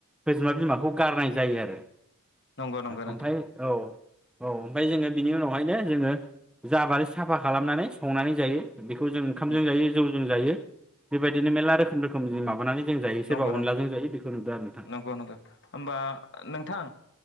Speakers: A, in the centre; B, on the left.
A: खैजेमा बिमाखौ गारनाय जायो आरो
B: नंगौ नंगौ नोंथां
A: ओमफ्राय औ। औ ओमफ्राय जोङो बिनि उनावहायनो जोङो जाबारि साफा खालामनानै संनानै जायो। बेखौ जों ओंखामजों
B: औ
A: जायो जौ जों जायो। बे बायदिनो मेरला रोखोम रोखोम माबा <unintelligible> जों जायो सोरबा
B: नंगौ नंगौ
A: अनलाजों जायो। बेखौ नुदों आरो नोंथां
B: नंगौ नंगौ होमबा नोंथां